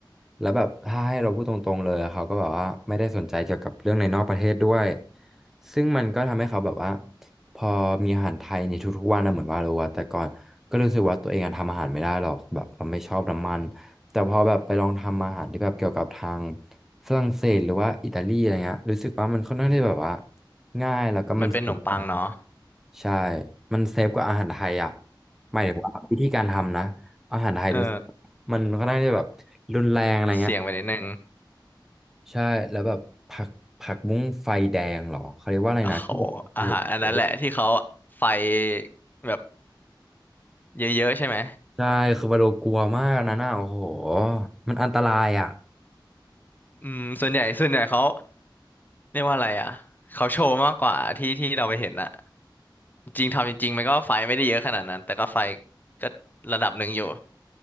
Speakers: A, in the centre; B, on the left.
A: แล้วแบบถ้าให้เราพูดตรงๆเลยเขาก็แบบว่าไม่ได้สนใจเกี่ยวกับเรื่องในนอกประเทศด้วยซึ่งมันก็ทำให้เขาแบบว่าพอมีอาหารไทยในทุกๆวันนะเหมือนว่าเราว่าแต่ก่อนก็รู้สึกว่าตัวเองอะทำอาหารไม่ได้หรอกแบบเราไม่ชอบน้ำมัน แต่พอแบบไปลองทำอาหารที่แบบเกี่ยวกับทางฝรั่งเศสหรือว่าอิตาลีอะไรเงี้ยรู้สึกว่ามันค่อนข้างที่แบบว่า
B: อืม
A: ง่ายแล้วก็มันเซฟกว่า
B: มันเป็นขนมปังเนาะ
A: ใช่มันเซฟกว่าอาหารไทยอ่ะหมายถึงว่าวิธีการทำนะอาหารไทยรู้สึก
B: <laughs> เออ
A: มันค่อนข้างที่แบบรุนแรงอะไรเงี้ย
B: เสี่ยงไปนิดนึง
A: ใช่แล้วแบบผักผักบุ้งไฟแดงเหรอเขาเรียกว่าอะไรนะที่แบบโอ้โห
B: โอ้โหอาหารอันนั้นแหละที่เขาไฟแบบเยอะๆใช่ไหม
A: ใช่คือวาโลกลัวมากนะน่ะโอ้โหมันอันตรายอ่ะ
B: อืมส่วนใหญ่ส่วนใหญ่เขาเรียกว่าอะไรอ่ะเขาโชว์มากกว่าที่ที่เราไปเห็นอะจริงทำจริงๆมันก็ไฟไม่ได้เยอะขนาดนั้นแต่ก็ไฟก็ระดับหนึ่งอยู่